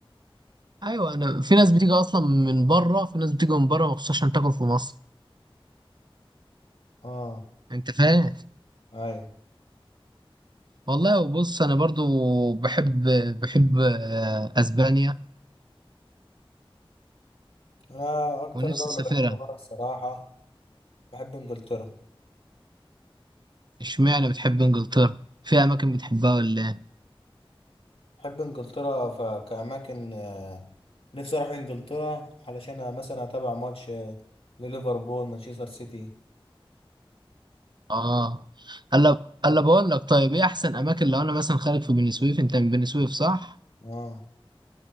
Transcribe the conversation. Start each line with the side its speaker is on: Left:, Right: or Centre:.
Right: ايوه انا في ناس بتيجي اصلا من بره في ناس بتيجي من بره مخصوص عشان تاكل في مصر
Left: اه
Right: انت فاهم
Left: ايوه
Right: والله وبص انا برضو بحب بحب آه، اسبانيا
Left: انا اكتر
Right: ونفسي
Left: دوله
Right: اسافرها
Left: بحبها بره الصراحه بحب انجلترا
Right: اشمعنى بتحب انجلترا في اماكن بتحبها ولا ايه
Left: بحب انجلترا ف- كاماكن آه، نفسي اروح انجلترا علشان مثلا اتابع ماتش آه، لليفربول مانشستر سيتي
Right: اه الا الا بقول لك طيب ايه احسن اماكن لو انا مثلا خارج في بني سويف انت من بني سويف صح
Left: اه